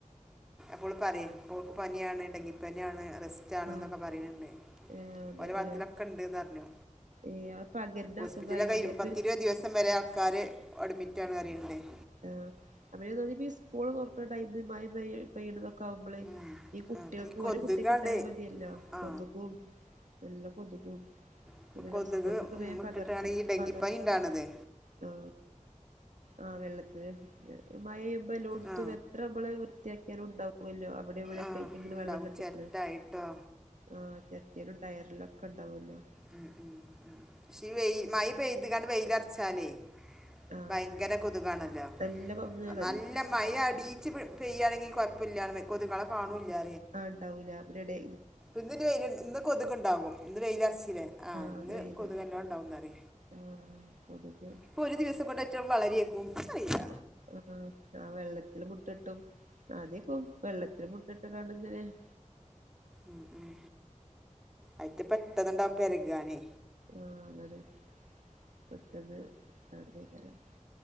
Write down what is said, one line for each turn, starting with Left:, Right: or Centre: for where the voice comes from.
Centre: ഇപ്പോൾ പറയും ഓൾക്ക് പനിയാണ് ഡങ്കിപ്പനിയാണ് അ റസ്റ്റാണ്
Right: ആഹ്
Centre: എന്നൊക്കെ പറിണ് ണ്ട്
Right: ഏഹ് അങ്ങനെ
Centre: ഓര ഭാഗത്തിലക്കണ്ട്ന്ന് പറഞ്ഞു
Right: ഏഹ് അത് പകരുന്ന
Centre: ഹോസ്പിറ്റലൊക്കെ
Right: അസുഖായോണ്ടേ അപ്പ
Centre: പത്തിരുപത് ദിവസം വരെ ആൾക്കാര് അഡ്മിട്ടാണെന്ന് അറിയണ്ണ്ടേയ്
Right: ആ അപ്പഴന്ന് പറയുമ്പോ ഈ സ്കൂള് തൊറക്കാണ ടൈമിന് മഴപെയ്യ് പെയ്യണതോ മഴെക്ക ആവുമ്പളെ
Centre: ആ
Right: ഈ കുട്ടികൾക്ക്
Centre: അപ്പം ഈ കൊതുകാണ്ട്
Right: ഒരു കുട്ടിക്ക് ഇണ്ടായാൽ മതിയല്ലോ
Centre: ആ
Right: കൊതുകും നല്ല കൊതുകും
Centre: ഇപ്പം
Right: പിന്നെ
Centre: കൊതുക്
Right: ഉ സ്കൂള്ന്നൊക്കെ
Centre: ഉം,
Right: വേഗം
Centre: ഇട്ടിട്ടാണ്
Right: പകർച്ച
Centre: ഈ ഡെങ്കിപ്പനി
Right: പക
Centre: ഉണ്ടാണത്
Right: ആ ആ വെള്ളത്തി മഴയുമ്പല്ലോടുത്തും
Centre: ആ
Right: എത്ര നമ്മള് വൃത്തിയാക്കിയാലും ഉണ്ടാവൂല്ലോ അവിടെം ഇവിടെം
Centre: ആ
Right: <unintelligible>
Centre: ഉണ്ടാവും
Right: വെള്ളം കെട്ടിക്കണ്
Centre: ചിരട്ടായിട്ടോ
Right: ആ ചെരട്ടേലും ടയറിലൊക്കണ്ടാവൂല്ലോ
Centre: ഉം ഉം ഉം പക്ഷേ വെ മഴ പെയ്ത്ങ്ങാണ്ട് വെയിലറച്ചാലെ
Right: ആ
Centre: ഭയങ്കര കൊതുകാണ് <unintelligible>
Right: നല്ല കൊതുകാ
Centre: നല്ല
Right: കൊതുകാണ്
Centre: മഴ അടീച്ച് പെ പെയ്യാണെങ്കിൽ കൊഴ ല്ലാന്ന് കൊതുകളെ കാണൂല്ലാ
Right: ആഹ് ഇണ്ടാവൂല വരുടെ
Centre: ഇന്നെനി വെയി ഇന്ന് കൊതുകുണ്ടാവും ഇന്ന് വെയിലറച്ചിലേ ആഹ്
Right: ആ
Centre: ഇന്ന്
Right: അത് വെയില്
Centre: കൊതുക് നല്ലോണ്ടാവുന്നാല്
Right: ആ കൊതുക്
Centre: ഇപ്പൊ ഒരു ദിവസ കൊണ്ട് അയ്റ്റ് ള് വളരെ ക്ക്വയ്യ
Right: ആഹ് ആ വെള്ളത്തി അതിൽ മുട്ടട്ടും അതീ പോവും വെള്ളത്തില് മുട്ടിട്ട് കാണുന്നെ <unintelligible>
Centre: ഉം ഉം അയിത് പ ട്ടതിണ്ടാവു പെരകാനേ
Right: ആഹ് അങ്ങട് പെട്ടെന്ന് <unintelligible>